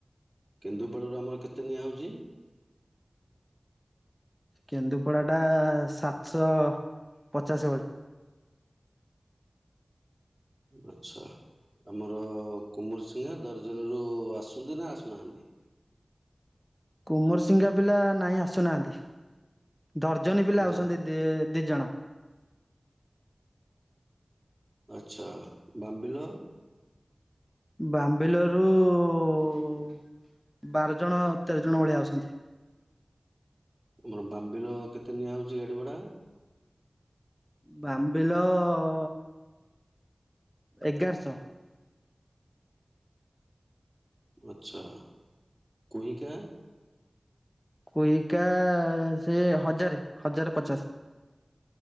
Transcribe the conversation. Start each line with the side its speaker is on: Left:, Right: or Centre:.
Right: କେନ୍ଦୁପଡ଼ାରୁ ଆମର କେତେ ନିଆଁ ହଉଚି।
Centre: କେନ୍ଦୁପଡ଼ା ଟା ସାତଶହ ପଚାଶେ ଭଳି।
Right: ଆଚ୍ଛା ଆମର କୁମର ସିିଂଙ୍ଗା ଦର୍ଜନ ରୁ ଆସୁନ୍ତି ନା ଆସୁନାହାନ୍ତି। <inaudible>
Centre: କୁମର ସିଂଙ୍ଗା ପିଲା ନାଇଁ ଆସୁନାହାନ୍ତି। ଦର୍ଜନି ପିଲା
Right: ଦ
Centre: ଆଉଛନ୍ତି ଦି ଦି ଜଣ।
Right: ଆଚ୍ଛା ବାମ୍ବିଲ।
Centre: ବାମ୍ବିଲ ରୁଉଉଉଉ ବାର ଜଣ ତେର ଜଣ ଭଳିଆ ଅଛନ୍ତି।
Right: ଉମା ବାମ୍ବିଲ କେତେ ନିଆ ହଉଚି ଗାଡ଼ି ଭଡ଼ା।
Centre: ବାମ୍ବିଲ ଅ ଅ ଏଗାରଶହ।
Right: ଆଚ୍ଛା କୁହିକା।
Centre: କୁହିକା ସେ ହଜାରେ ହଜାରେ ପଚାଶେ।